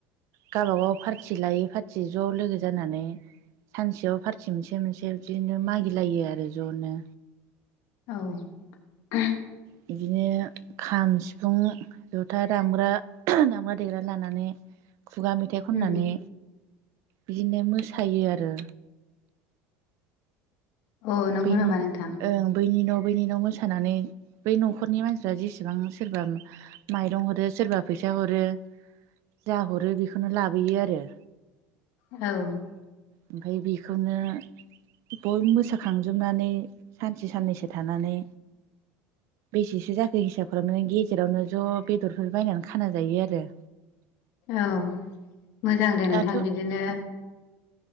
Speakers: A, on the right; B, on the left.
A: गावबागाव पार्थि लायै पार्थि ज' लोगो जानानै सानसेयाव फारथि मोनसे मोनसे बिदिनो मागिलायो आरो ज'नो।
B: औ <unintelligible>
A: बिदिनो खाम सिफुं जथा दामग्रा दामग्रा देग्रा लानानै खुगा मेथाइ खननानै
B: उम
A: बिदिनो मोसायो आरो।
B: अ नंगौ
A: बेनि
B: नामा नोंथां
A: ओ बैनि न' बैनि न' मोसानानै बै न'खरनि मानसिफ्रा जेसेबां सोरबा माइरं हरो सोरबा फैसा हरो जाहरो बेखोनो लाबोयो आरो।
B: औ
A: ओमफाय बेखौनो बयबो मोसाखांजोबनानै सानसे साननैसो थानानै बेसेसो जाखो हिसाब खालामनानै गेजेरावनो ज' बेदरफोर बायनानै खाना जायो आरो।
B: औ मोजां दे
A: दाथ'
B: नोंथां बिदिनो